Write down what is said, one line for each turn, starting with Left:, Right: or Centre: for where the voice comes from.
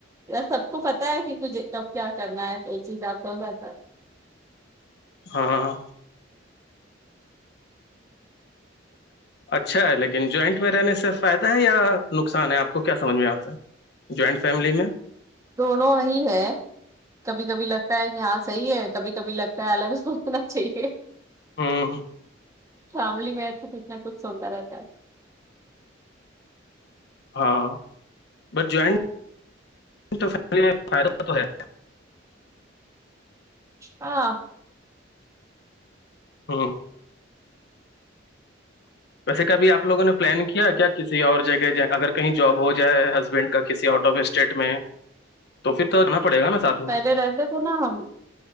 Right: سب کو پتہ ہے مجھے کب کیا کرنا ہے تو چیز آپ ہو جاتا
Left: ہاں اچھا ہے لیکن جوائنٹ میں رہنے سے فائدہ ہے یا نقصان ہے آپ کو کیا سمجھ میں آتا ہے جوائنٹ فیملی میں
Right: دونوں ہی ہے کبھی کبھی لگتا ہے کہ ہاں صحیح ہے کبھی کبھی لگتا ہے الگ سوچنا چاہیے
Left: ہوں
Right: فیملی میں ہے تو کچھ نہ کچھ ہوتا رہتا ہے
Left: ہاں بٹ جوائنٹ
Right: ہے
Left: فیملی میں فائدہ تو رہتا ہے
Right: ہاں
Left: ہاں ویسے کبھی آپ لوگوں نے پلان کیا کیا کسی اور جگہ اگر کہیں جوب ہو جائے ہسبینڈ کا کسی آؤٹ آف اسٹیٹ میں تو پھر تو رہنا پڑے گا نا ساتھ میں
Right: پہلے رہتے